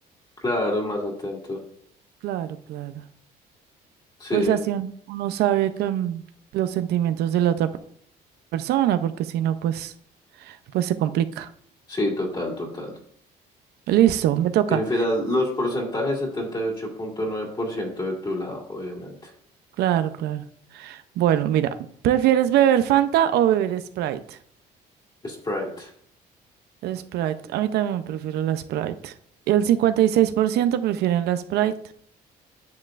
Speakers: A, on the left (about 25°); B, on the right (about 75°).
A: Claro, más atento.
B: Claro, claro.
A: Sí,
B: Pues así un- uno sabe que mm, los sentimientos de la otra pe- persona, porque si no, pues, pues se complica.
A: sí, total, total.
B: Listo, me toca.
A: Y mira, los porcentajes setenta y ocho punto nueve por ciento de tu lado, obviamente.
B: Claro, claro. Bueno, mira, ¿prefieres beber Fanta o beber Sprite?
A: Sprite.
B: Sprite. A mí también me prefiero la Sprite. Y el 56% prefieren la Sprite.